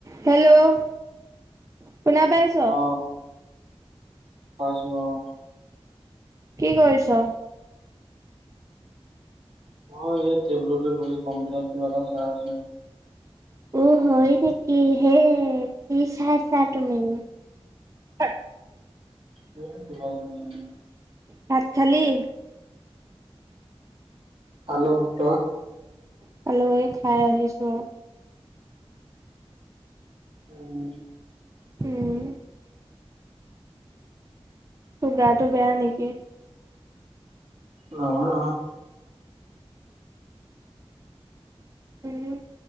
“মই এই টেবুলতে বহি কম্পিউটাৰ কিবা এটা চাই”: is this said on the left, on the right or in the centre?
Right